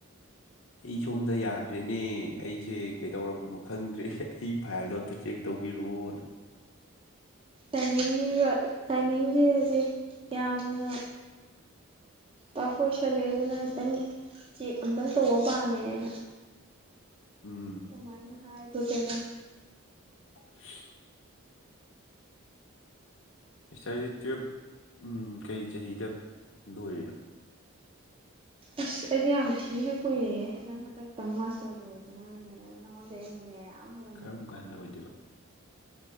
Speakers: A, on the left (about 70°); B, on the right (about 25°).
A: ꯑꯩ ꯁꯣꯝꯗ ꯌꯥꯗ꯭ꯔꯦꯅꯦ ꯑꯩꯁꯦ ꯀꯩꯗꯧꯔꯕꯅꯣ ꯈꯪꯗ꯭ꯔꯦ ꯑꯩ ꯐꯥꯏꯜꯗꯣ ꯑꯝꯇ ꯆꯦꯛ ꯇꯧꯕꯤꯔꯛꯑꯣꯅ
B: ꯇꯥꯏꯃꯤꯡꯁꯤ ꯇꯥꯏꯃꯤꯡꯁ ꯍꯧꯖꯤꯛ ꯌꯥꯝꯅ ꯇꯐ ꯑꯣꯏꯁꯤꯟꯂꯛ ꯑꯦꯗꯥꯅꯥ ꯈꯤꯇꯪ ꯆꯦꯛ ꯑꯃꯇꯪ ꯇꯧꯕ ꯄꯥꯝꯃꯦ ꯌꯥꯅ
A: ꯎꯝ
B: ꯑꯗꯨꯃꯥꯏꯅ ꯍꯥꯏꯕꯔꯥ ꯀꯩꯅꯣ
A: ꯎ <unintelligible> ꯁꯤꯁꯇꯔꯁꯦ ꯇꯨꯌꯦꯞ ꯀꯩ ꯆꯍꯤꯗ ꯂꯣꯏꯔꯤꯅꯣ
B: ꯑꯁ ꯑꯩꯗꯤ ꯌꯥꯝ ꯊꯤꯅ ꯀꯨꯏꯔꯦ ꯅꯪ ꯍꯟꯗꯛꯇꯪ ꯃꯥꯁꯇꯔ ꯂꯣꯏꯗ ꯉꯥꯏꯔꯤ <unintelligible> ꯅꯉꯣꯟꯗꯩꯩ ꯑꯩꯅꯥ ꯃꯌꯥꯝ ꯍꯜꯂꯝꯒꯅꯤ
A: ꯀꯔꯝ ꯀꯥꯟꯗ ꯑꯣꯏꯗꯣꯏꯕ